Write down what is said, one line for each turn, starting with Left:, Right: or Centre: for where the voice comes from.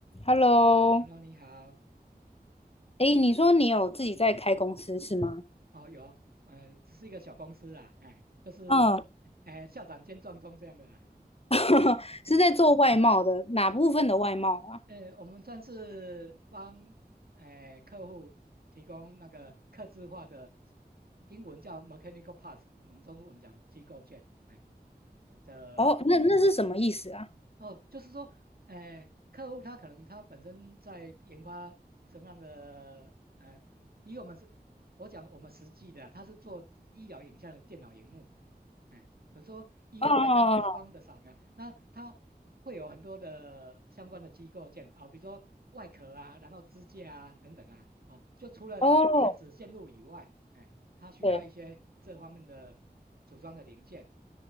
Left: Hello，
Right: Hello，你好。
Left: 诶，你说你有自己在开公司是吗？
Right: 哦，有，呃，只是一个小公司啦，哎，就是，
Left: 嗯，
Right: 哎，校长兼壮钟这样的啦。
Left: <laughs> 是在做外贸的，哪部分的外贸啊？
Right: 呃，我们算是帮，哎，客户提供那个客制化的，英文叫 mechanical parts，我们中文讲机构件，哎，的
Left: 哦，那那是什么意思啊？
Right: 哦，就是说，哎、客户他可能他本身在研发什么样的，呃，以我们是，我讲我们实际的啊他是做医疗影像的电脑荧幕，哎，比如说医院在看
Left: 哦
Right: X 光的扫描，那它会有很多的相关的机构件啊、比如说外壳啊，然后支架啊等等啊，啊、就除了电子线路以外，
Left: 哦，
Right: 哎，它需要一些这方面的组装的零件。
Left: 对，